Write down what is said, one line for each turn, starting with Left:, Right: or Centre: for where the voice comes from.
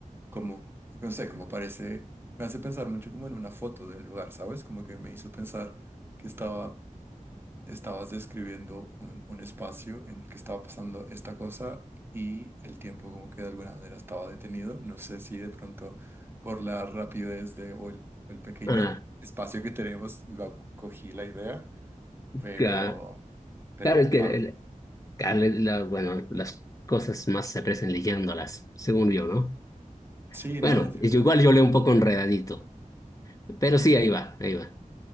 Right: Como, no sé, como parece, me hace pensar mucho como en una foto del lugar, ¿sabes? Como que me hizo pensar que estaba estabas describiendo un, un espacio en el que estaba pasando esta cosa y el tiempo como que de alguna manera estaba detenido. No sé si de pronto por la rapidez de, o el, el pequeño
Left: ah,
Right: espacio que tenemos lo cogí la idea, pero,
Left: ca-
Right: pero
Left: Claro, es que
Right: va.
Left: el- claro, la- bueno, las cosas más se aprecian leyéndolas, según yo, ¿no?
Right: Sí, no,
Left: Bueno,
Right: definitivamente.
Left: yo- igual yo leo un poco enredadito, pero sí, ahí va, ahí va.